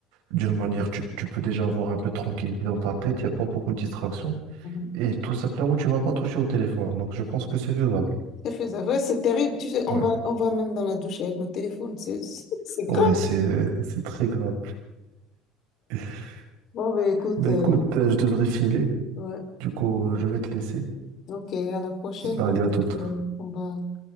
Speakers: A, on the right; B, on the left.
A: d'une manière, tu, tu peux déjà avoir un peu de tranquillité dans ta tête, il n'y a pas beaucoup de distractions.
B: Mhm.
A: Et tout simplement, tu vas pas toucher au téléphone. Donc, je pense
B: Ouais.
A: que c'est faisable.
B: C'est faisable. Ouais, c'est terrible. Tu sais, on
A: Ouais,
B: va, on va même dans la douche avec nos téléphones. C'est, <laughs> c'est grave.
A: ouais, c'est, <laughs> c'est très grave. <laughs>
B: Bon, ben écoute,
A: Ben
B: euh,
A: écoute, euh, je devrais filer.
B: ouais.
A: Du coup, euh, je vais te laisser.
B: Ok, à la prochaine.
A: Allez,
B: alors.
A: à toute.
B: Ouais, on va.